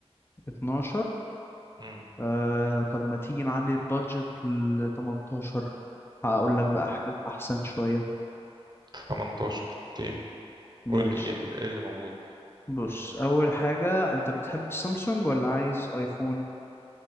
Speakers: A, on the left; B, on the right.
A: 12
B: امم
A: آه طب ما تيجي نعلي البادجت ل 18 هقول لك بقى حاجات أحسن شوية
B: 18 اوكي
A: ماشي
B: قول لي ايه ال- إيه اللي موجود
A: بص أول حاجة أنت بتحب السامسونج ولا عايز أيفون